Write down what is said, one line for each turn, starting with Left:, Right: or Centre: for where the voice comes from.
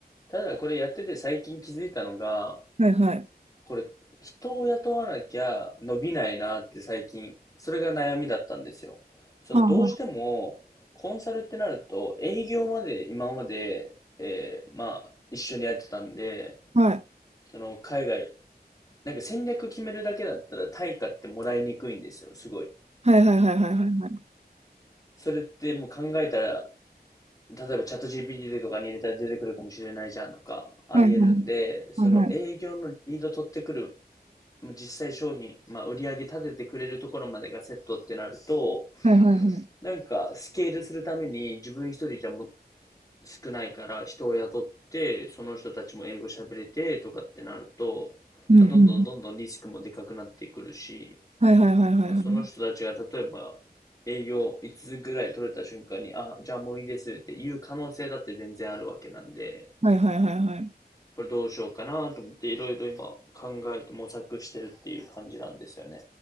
Left: ただこれやってて最近気づいたのが、
Right: はいはい。
Left: これ、人を雇わなきゃ伸びないなって最近、それが悩みだったんですよ。その、
Right: はあは
Left: どうしても、コンサルってなると、営業まで今まで、えーまあ、一緒にやってたんで、
Right: あ、はい。
Left: その、海外、なんか戦略決めるだけだったら対価ってもらいにくいんですよ、すごい。
Right: はいはいはいはいはいはい。
Left: それってもう考えたら、例えばチャット GPT とかに入れたら出てくるかもしれないじゃんとか、あり得るんで、
Right: はいはい
Left: その営業のリード取ってくる
Right: はいはい。
Left: もう実際商品、まあ、売り上げ立ててくれるところまでがセットってなると、
Right: はいはいはい。
Left: なんかスケールするために自分一人じゃも少ないから人を雇って、その人たちも英語喋れてとかってなると、
Right: うんうん。
Left: まあ、どんどんどんどんリスクもでかくなってくるし、
Right: はいはいはいはいはい。
Left: まあ、その人たちが例えば営業5つつぐらい取れた瞬間に、あ、じゃあもういいですっていう可能性だって全然あるわけなんで、
Right: はいはいはいはい。
Left: これどうしようかなと思っていろいろ今考えて模索してるっていう感じなんですよね。